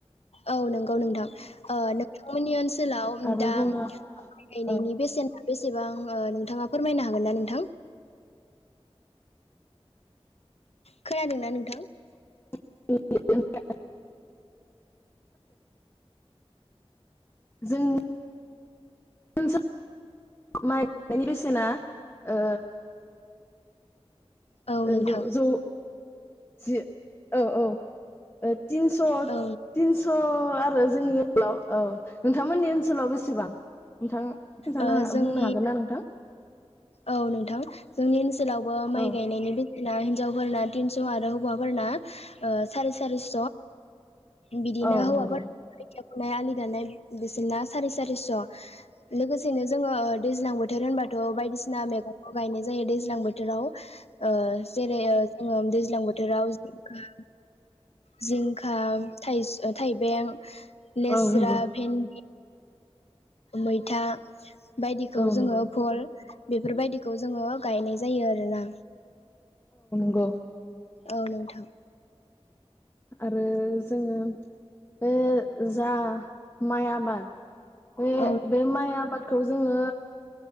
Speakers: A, on the left; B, on the left.
A: औ नंगौ नोंथां ओ नोंथांमोननि ओनसोलाव
B: आरो
A: दा
B: जोङो
A: माइ गायनायनि
B: औ
A: बेसेना बेसेबां ओ नोंथाङा फोरमायनो हागोन ना नोंथां? खोनादोंना नोंथां?
B: <unintelligible> जोंनि ओनसो माइ गायनायनि बेसेना ओ
A: औ
B: ओ
A: नोंथां
B: ज' ज' जि औ औ ओ तिनस'
A: औ
B: तिनस' आरो जोंनि ओनसोलाव औ नोंथांमोननि ओनसोलाव बेसेबां? नोंथां? खिनथानो
A: ओ जोंनि
B: बुंनो हागोन ना नोंथां?
A: औ नोंथां जोंनि ओनस ओनसोलावबो माइ
B: औ
A: गायनायनि बे ना हिनजावफोरना तिनस' आरो हौवाफोरना ओ सारि सारिस'। बिदिनो
B: औ
A: हौवाफोर
B: नंगौ
A: खोथिया नाय आलि दान्नाय बिसोरना सारि सारिस' लोगोसेनो जोङो ओ दैज्लां बोथोर होनबाथ' बायदिसि सिना मैगंखौ गायनाय जायो दैज्लां बोथोराव। ओ जेरै ओ जोङो दैज्लां बोथोराव जिंखा जिंखा, थाइस ओ थाइबें, लेस्रा,
B: औ नंगौ
A: भेन्दि मैथा बायदिखौ
B: औ नंगौ
A: जोङो भ'ल बेफोरबायदिखौ जोङो गायनाय जायो आरोना।
B: ग'
A: औ नोंथां
B: आरो जोङो बे जा माइ आबाद बे
A: औ
B: बे माइ आबाद खौ जोङो